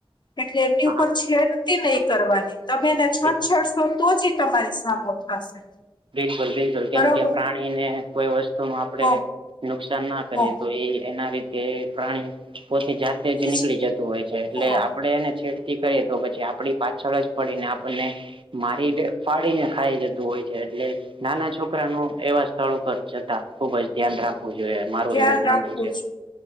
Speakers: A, on the left; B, on the right.
A: એટલે એમની
B: હા
A: ઉપર છેડતી નય કરવાની તમે એને છંછેડશો
B: બિલકુલ
A: તો જ એ તમારી સામો થશે.
B: બિલકુલ બિલકુલ કેમ
A: બરોબર
B: કે પ્રાણીને કોઈ વસ્તુનું આપણે
A: હ
B: નુકસાન ના કરીએ.
A: હ
B: તો એ એના રીતે પ્રાણી પોતે જાત તેજ
A: ઈ
B: નિકળી
A: જ
B: જતું હોય છે. એટલે
A: હ
B: આપ આપણે એને છેડતી કરીએ. તો પછી આપણી પાછળ જ પડી ને આપણને મારી અને ફાડીને ખાઈ જતું હોય છે. એટલે નાના છોકરાનુ એવા સ્થળ પર જતા ખુબ જ રાખવું જોઈએ. મારું
A: ધ્યાન
B: એવું માનવું
A: રાખવું
B: છે.